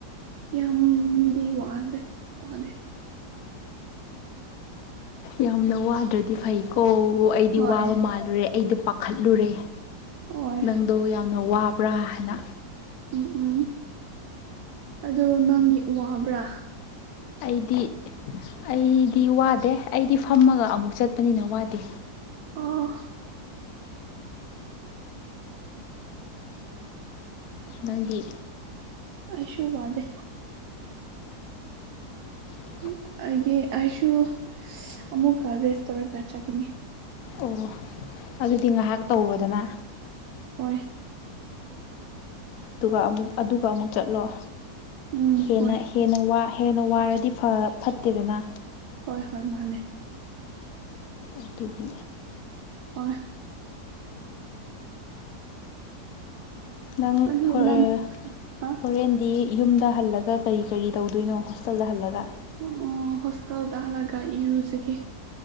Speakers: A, on the right (about 75°); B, on the left (about 70°).
A: ꯌꯥꯝꯗꯤ ꯋꯥꯗꯦ ꯋꯥꯗꯦ
B: ꯌꯥꯝꯅ ꯋꯥꯗ꯭ꯔꯗꯤ ꯐꯩꯀꯣ ꯑꯩꯗꯤ
A: ꯍꯣꯏ
B: ꯋꯥꯕ ꯃꯥꯜꯂꯨꯔꯦ ꯑꯩꯗꯤ ꯄꯥꯈꯠꯂꯨꯔꯦ
A: ꯍꯣꯏ
B: ꯅꯪꯗꯣ ꯌꯥꯝꯅ ꯋꯥꯕ꯭ꯔꯥ ꯍꯥꯏꯅ
A: ꯎꯝ ꯎꯝ ꯑꯗꯣ ꯅꯪꯒꯤ ꯋꯕ꯭ꯔꯥ
B: ꯑꯩꯗꯤ ꯑꯩꯗꯤ ꯋꯥꯗꯦ ꯑꯩꯗꯤ ꯐꯝꯃꯒ ꯑꯃꯨꯛ ꯆꯠꯄꯅꯤꯅ ꯋꯥꯗꯦ꯫
A: ꯑꯣ
B: ꯅꯪꯗꯤ
A: ꯑꯩꯁꯨ ꯋꯥꯗꯦ꯫
B: <inaudible>
A: <inaudible> ꯑꯩꯒꯤ ꯑꯩꯁꯨ ꯑꯃꯨꯛꯀ ꯔꯦꯁꯇꯔꯒ ꯆꯠꯀꯅꯤ꯫
B: ꯑꯣ ꯑꯗꯨꯗꯤ ꯉꯥꯏꯍꯥꯛ ꯇꯧꯔꯣꯗꯅ꯫
A: ꯍꯣꯏ
B: ꯑꯗꯨꯒ ꯑꯃꯨꯛ ꯑꯗꯨꯒ ꯑꯃꯨꯛ ꯆꯠꯂꯣ꯫
A: ꯎꯝ
B: ꯍꯦꯟꯅ
A: ꯍꯣꯏ
B: ꯍꯦꯟꯅ ꯋꯥ ꯍꯦꯟꯅ ꯋꯥꯔꯗꯤ ꯐꯠ ꯐꯠꯇꯦꯗꯅ꯫
A: ꯍꯣꯏ ꯍꯣꯏ ꯃꯥꯅꯦ꯫
B: ꯑꯗꯨꯒꯤ
A: ꯍꯣꯏ
B: ꯅꯪ
A: ꯑꯗꯨ
B: ꯐꯑꯣꯏꯔ
A: ꯅꯪ ꯑ
B: ꯍꯣꯔꯦꯟꯗꯤ ꯌꯨꯝꯗ ꯍꯜꯂꯒ ꯀꯔꯤ ꯀꯔꯤ ꯇꯧꯗꯣꯏꯅꯣ ꯍꯣꯁꯇꯦꯜꯗ ꯍꯜꯂꯒ꯫
A: ꯑꯣ ꯑꯣ ꯍꯣꯁꯇꯦꯜꯗ ꯍꯜꯂꯒ ꯏꯔꯨꯖꯒꯦ꯫